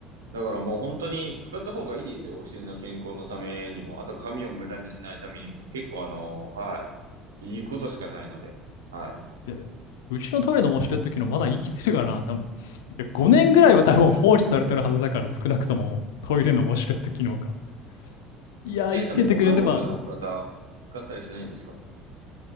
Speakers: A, on the right (about 85°); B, on the left (about 75°).
A: だからもう本当に使った方がいいですよ。お尻の健康のためにも。あと髪を無駄にしないためにも。結構あの、はい。いいことしかないので。はい。
B: いやうちのトイレのウォシュレット機能まだ生きてるかな多分。いや、5年ぐらいは多分放置されてるはずだから、少なくともトイレのウォシュレット機能が。いや、
A: え、
B: 生きててくれれば、
A: でもご家族の方、使ったりしないんですか